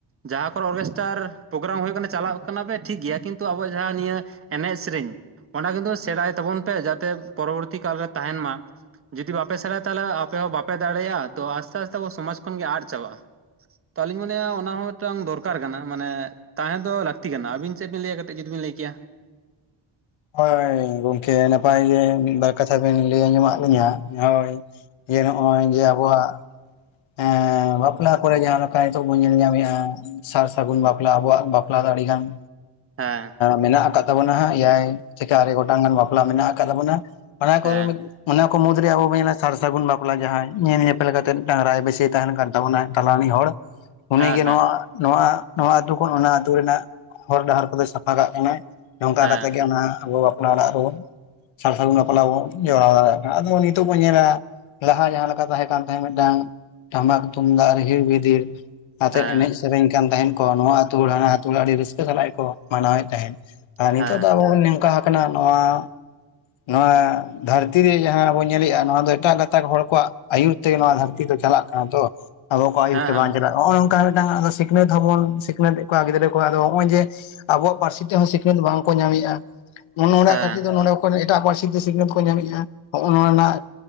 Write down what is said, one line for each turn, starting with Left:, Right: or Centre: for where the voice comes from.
Right: ᱡᱟᱦᱟᱸ ᱠᱚᱨᱮ ᱚᱨᱜᱮᱥᱴᱟᱨ ᱯᱨᱳᱜᱨᱟᱢ ᱦᱩᱭᱩᱜ ᱠᱟᱱᱟ ᱪᱟᱞᱟᱜ ᱠᱟᱱᱟ ᱯᱮ ᱴᱷᱤᱠ ᱜᱮᱭᱟ ᱠᱤᱱᱛᱩ ᱟᱵᱚᱣᱟᱜ ᱡᱟᱦᱟᱸ ᱱᱤᱭᱟᱹ- ᱮᱱᱮᱡ ᱥᱮᱨᱮᱧ ᱚᱱᱟ ᱠᱤᱱᱛᱩ ᱥᱮᱬᱟᱭ ᱛᱟᱵᱚᱱ ᱯᱮ ᱡᱟᱛᱮ ᱯᱚᱨᱚᱵᱚᱨᱛᱤ ᱠᱟᱞᱨᱮ ᱛᱟᱦᱮᱱ ᱢᱟ ᱡᱩᱫᱤ ᱵᱟᱯᱮ ᱥᱮᱬᱟᱭᱟ ᱛᱟᱦᱚᱞᱮ ᱟᱯᱮ ᱦᱚᱸ ᱵᱟᱯᱮ ᱫᱟᱲᱮᱭᱟᱜᱼᱟ ᱛᱚ ᱟᱥᱛᱮ ᱟᱥᱛᱮ ᱟᱵᱚ ᱥᱚᱢᱟᱡᱽ ᱠᱷᱚᱱ ᱜᱮ ᱟᱫ ᱪᱟᱵᱟᱜᱼᱟ᱾ ᱛᱚ ᱟᱹᱞᱤᱧ ᱢᱚᱱᱮᱭᱟ ᱚᱱᱟ ᱦᱚᱸ ᱢᱤᱫᱴᱟᱝ ᱫᱚᱨᱠᱟᱨ ᱠᱟᱱᱟ ᱢᱟᱱᱮ- ᱛᱟᱦᱮᱸ ᱫᱚ ᱞᱟᱹᱠᱛᱤ ᱠᱟᱱᱟ ᱟᱹᱵᱤᱱ ᱪᱮᱫ ᱵᱤᱱ ᱞᱟᱹᱭᱟ ᱠᱟᱹᱴᱤᱡ ᱡᱩᱫᱤ ᱵᱤᱱ ᱞᱟᱹᱭ ᱠᱮᱭᱟ
Left: ᱦᱳᱭ ᱜᱳᱭ ᱜᱚᱝᱠᱮ ᱱᱟᱯᱟᱭ ᱜᱮ ᱢᱤᱫᱵᱟᱨ ᱠᱟᱛᱷᱟ ᱵᱮᱱ ᱞᱟᱹᱭ ᱟᱸᱡᱚᱢᱟᱫ ᱞᱤᱧᱟᱹ ᱦᱳᱭ ᱡᱮ ᱱᱚᱜᱼᱚᱭ ᱡᱮ ᱟᱵᱚᱣᱟᱜ- ᱮᱸ ᱵᱟᱯᱞᱟ ᱠᱚᱨᱮ ᱡᱟᱦᱟᱸ ᱞᱮᱠᱟ ᱱᱤᱛᱚᱜ ᱵᱚᱱ ᱧᱮᱞ ᱧᱟᱢᱮᱫᱼᱟ ᱥᱟᱨ ᱥᱟᱹᱜᱩᱱ ᱵᱟᱯᱞᱟ ᱟᱵᱚᱣᱟᱜ ᱵᱟᱯᱞᱟ ᱫᱚ ᱟᱹᱰᱤᱜᱟᱱ-
Right: ᱦᱮᱸ
Left: ᱢᱮᱱᱟᱜ ᱟᱠᱟᱫ ᱛᱟᱵᱚᱱᱟ ᱾ ᱮᱭᱟᱭ ᱪᱮᱠᱟ ᱟᱨᱮ ᱜᱚᱴᱟᱝ ᱜᱟᱱ ᱵᱟᱯᱞᱟ ᱢᱮᱱᱟᱜ ᱟᱠᱟᱫ ᱛᱟᱵᱚᱱᱟ ᱚᱱᱟ ᱠᱚ
Right: ᱦᱮᱸ
Left: ᱚᱱᱟ ᱠᱚ ᱢᱩᱫᱽ ᱨᱮ ᱟᱵᱚ ᱵᱚᱱ ᱧᱮᱞᱟ ᱥᱟᱨ ᱥᱟᱹᱜᱩᱱ ᱵᱟᱯᱞᱟ ᱡᱟᱦᱟᱸᱭ ᱧᱮᱞ ᱧᱮᱯᱮᱞ ᱠᱟᱛᱮᱫ ᱰᱟᱦᱟᱨ ᱟᱭ ᱵᱮᱥᱤ ᱛᱟᱦᱮᱱ ᱠᱟᱱ ᱛᱟᱵᱚᱱᱟᱭ ᱛᱟᱞᱟ ᱨᱤᱱᱤ ᱦᱚᱲ ᱩᱱᱤᱜᱮ
Right: ᱦᱮᱸ
Left: ᱱᱚᱣᱟ ᱱᱚᱣᱟ ᱱᱚᱣᱟ ᱟᱹᱛᱩ ᱠᱷᱚᱱ ᱚᱱᱟ ᱟᱹᱛᱩ ᱨᱮᱱᱟᱜ ᱦᱚᱨ ᱰᱟᱦᱟᱨ ᱠᱚᱫᱚᱭ ᱥᱟᱯᱷᱟ ᱠᱟᱜ ᱠᱟᱱᱟ ᱱᱚᱝᱠᱟ
Right: ᱦᱮᱸ
Left: ᱠᱟ ᱠᱟᱛᱮᱫ ᱜᱮ ᱚᱱᱟ ᱟᱵᱚ ᱵᱟᱯᱞᱟ ᱚᱲᱟᱜ ᱨᱮᱵᱚᱱ ᱥᱟᱨ ᱥᱟᱹᱜᱩᱱ ᱵᱟᱯᱞᱟ ᱵᱚᱱ ᱡᱚᱲᱟᱣ ᱫᱟᱲᱮᱭᱟᱜᱼᱟ ᱟᱫᱚ ᱱᱤᱛᱚᱜ ᱵᱚᱱ ᱧᱮᱞᱟ ᱞᱟᱦᱟ ᱡᱟᱦᱟᱸ ᱞᱮᱠᱟ ᱛᱟᱦᱮᱸ ᱠᱟᱱ ᱛᱟᱦᱮᱸᱫ ᱢᱮᱫᱴᱟᱝ- ᱴᱟᱢᱟᱠ ᱛᱩᱢᱫᱟᱜ ᱨᱤᱦᱤᱲ ᱵᱤᱫᱤᱲ ᱟᱛᱮ
Right: ᱦᱮᱸ
Left: ᱮᱱᱮᱡ ᱥᱮᱨᱮᱧ- ᱠᱟᱱ ᱛᱟᱦᱮᱸᱱ ᱠᱚ ᱱᱚᱣᱟ ᱟᱹᱛᱩ ᱦᱚᱲ ᱦᱟᱱᱟ ᱟᱹᱛᱩ ᱦᱚᱲ ᱟᱹᱰᱤ ᱨᱟᱹᱥᱠᱟᱹ ᱥᱟᱞᱟᱜ ᱜᱮ ᱠᱚ ᱢᱟᱱᱟᱣᱮᱫ ᱛᱟᱦᱮᱸᱫ᱾ ᱟᱨ ᱱᱤᱛᱚᱜ
Right: ᱦᱮᱸ ᱦᱮᱸ
Left: ᱫᱚ ᱟᱵᱚ ᱵᱚᱱ ᱱᱮᱝᱠᱟ ᱟᱠᱟᱱᱟ ᱱᱚᱣᱟ- ᱱᱚᱣᱟ ᱫᱷᱟᱹᱨᱛᱤ ᱨᱮ ᱡᱟᱦᱟᱸ ᱵᱚᱱ ᱧᱮᱞᱮᱜᱼᱟ ᱱᱚᱣᱟ ᱫᱚ ᱮᱴᱟᱜ ᱜᱟᱛᱟᱠ ᱦᱚᱲ ᱠᱚᱣᱟᱜ ᱟᱹᱭᱩᱨ- ᱛᱮ ᱱᱚᱣᱟ ᱫᱷᱟᱹᱨᱛᱤ ᱫᱚ ᱪᱟᱞᱟᱜ ᱠᱟᱱᱟ ᱛᱚ ᱟᱵᱚ ᱠᱚᱣᱟᱜ ᱟᱹᱭᱩᱨ
Right: ᱦᱮᱸ
Left: ᱛᱮ ᱵᱟᱝ ᱪᱟᱞᱟᱜᱼᱟ ᱱᱚᱜ ᱱᱚᱝᱠᱟ ᱢᱤᱫᱴᱟᱝ ᱥᱤᱠ- ᱥᱤᱠᱷᱱᱟᱹᱛ ᱦᱚᱸᱵᱚᱱ ᱥᱤᱠᱷᱱᱟᱹᱛᱮᱫ ᱠᱚᱣᱟ ᱜᱤᱫᱽᱨᱟᱹ ᱠᱚ ᱟᱫᱚ ᱱᱚᱜ ᱚᱭ ᱡᱮ ᱟᱵᱚᱣᱟᱜ ᱯᱟᱹᱨᱥᱤ ᱛᱮᱦᱚᱸ ᱥᱤᱠᱷᱱᱟᱹᱛ ᱵᱟᱝᱠᱚ ᱧᱟᱢᱮᱫᱼᱟ ᱚᱱ ᱚᱱᱟ
Right: ᱦᱮᱸ
Left: ᱠᱷᱟᱹᱛᱤᱨ ᱛᱮ ᱱᱚᱰᱮ ᱠᱷᱚᱱ ᱮᱴᱟᱜ ᱯᱟᱹᱨᱥᱤ ᱛᱮ ᱥᱤᱠᱱᱟᱹᱛ ᱠᱚ ᱧᱟᱢᱮᱫᱼᱟ᱾ ᱦᱚᱜᱚ ᱱᱚᱣᱟ ᱨᱮᱱᱟᱜ
Right: ᱦᱮᱸ